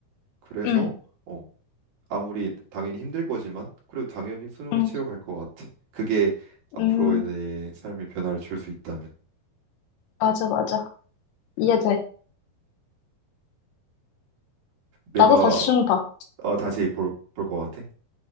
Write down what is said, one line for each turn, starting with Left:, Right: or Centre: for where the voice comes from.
Right: 그래서
Left: 음.
Right: 어, 아무리 당연히 힘들 거지만 그래도 당연히 수능을
Left: 음.
Right: 치러 갈 것 같아. 그게 앞으로의
Left: 음,
Right: 내 삶의 변화를 줄 수 있다면
Left: 맞아, 맞아. 이해돼.
Right: 내가
Left: 나도 다시 준다.
Right: 어, 다시 볼, 볼 것 같아.